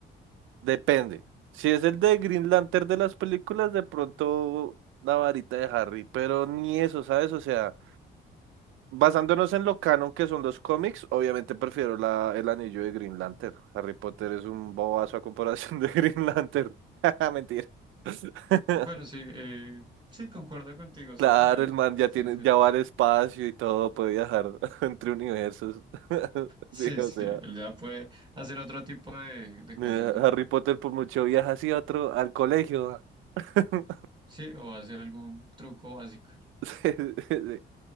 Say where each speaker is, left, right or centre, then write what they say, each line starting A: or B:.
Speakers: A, on the right (about 85°); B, on the right (about 25°).
A: depende. Si es el de Green Lantern de las películas, de pronto la varita de Harry, pero ni eso, ¿sabes? O sea, basándonos en lo canon que son los cómics, obviamente prefiero la, el anillo de Green Lantern. Harry Potter es un bobazo a comparación de Green Lantern. <laughs> Mentira. <laughs>
B: Bueno, sí, eh, sí, concuerdo contigo, ¿sabes,
A: Claro,
B: David?
A: el man ya
B: Sí,
A: tiene,
B: sí.
A: ya va al espacio y todo, puede viajar <laughs> entre universos. <laughs>
B: Sí,
A: Sí, o
B: sí,
A: sea,
B: él ya puede hacer otro tipo de, de cosas,
A: eh,
B: ¿no?
A: Harry Potter por mucho viaja así a otro, al colegio. <laughs>
B: Sí, o hacer algún truco básico.
A: Sí, sí, sí.